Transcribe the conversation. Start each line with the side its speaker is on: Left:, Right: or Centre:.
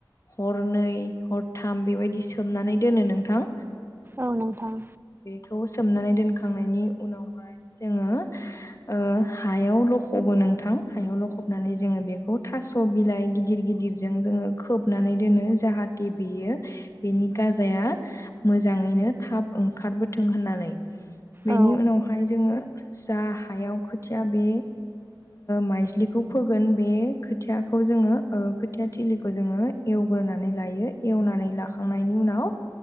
Left: हरनै हरथाम बेबायदि सोमनानै दोनो नोंथां,
Right: औ नोंथां
Left: खौ सोमनानै दोनखांनायनि उनावहाय जोङो, ओ हायाव लखब नोंथां हायाव लखबनानै जोङो बेखौ थास' बिलाइ गिदिर गिदिर गिदिर जोङो खोब खोबनानै दोनो जाहाथे बेयो बेनि गाजाया मोजाङैनो थाब ओंखार, ओंखारबोथों होननानै बेनि
Right: औ
Left: उनावहाय जोङो, जा हायाव खोथिया बे माइजलिखौ फोगोन बे खोथिया खौ जोङो ओ खोथिया थिलिखौ जोङो एवग्रोनानै लायो एवनानै लाखांनायनि उनाव